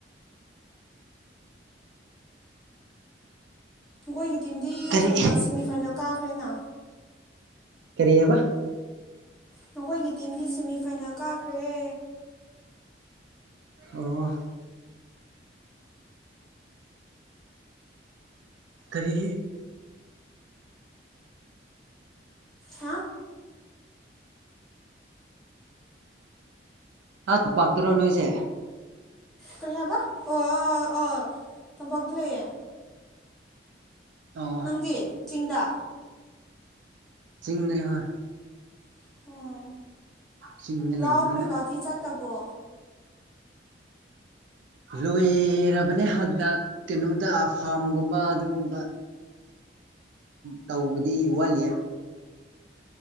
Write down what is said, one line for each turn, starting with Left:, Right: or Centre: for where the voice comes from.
Centre: ꯅꯈꯣꯏꯒꯤ ꯇꯤꯝꯗꯤ
Right: ꯀꯔꯤ
Centre: ꯐꯥꯏꯅꯦꯜ ꯁꯦꯃꯤ ꯐꯥꯏꯅꯦꯜ ꯀꯥꯈ꯭ꯔꯦꯅ
Right: ꯀꯔꯤ ꯍꯥꯏꯕ
Centre: ꯅꯈꯣꯏꯒꯤ ꯇꯤꯝꯗꯤ ꯁꯦꯃꯤꯐꯥꯏꯅꯦꯜ ꯀꯥꯈ꯭ꯔꯦ
Right: ꯑꯣ ꯀꯔꯤ
Centre: ꯍꯥ
Right: ꯑꯨ ꯄꯥꯛꯇꯔꯣ ꯅꯣꯏꯁꯦ
Centre: ꯀꯔꯤ ꯍꯥꯏꯕ ꯑꯣ ꯑꯣ ꯇꯣꯝꯄꯥꯛꯇ ꯂꯩꯌꯦ
Right: ꯑꯣ
Centre: ꯅꯪꯒꯤ ꯆꯤꯡꯗ
Right: ꯆꯤꯡꯗꯅꯦ ꯍꯣꯏ
Centre: ꯑ
Right: ꯆꯤꯡꯗ
Centre: ꯂꯥꯎ
Right: ꯂꯩꯕꯅꯤꯅ
Centre: ꯀ꯭ꯔꯤꯀꯥꯗꯤ ꯆꯠꯇꯕ꯭ꯔꯣ
Right: ꯂꯣꯏꯔꯕꯅꯦ ꯍꯟꯗꯛ ꯀꯩꯅꯣꯗ ꯐꯥꯝꯒꯨꯝꯕ ꯑꯗꯨꯒꯨꯝꯕ
Centre: <inaudible>
Right: ꯇꯧꯕꯗꯤ ꯋꯥꯠꯂꯤꯦ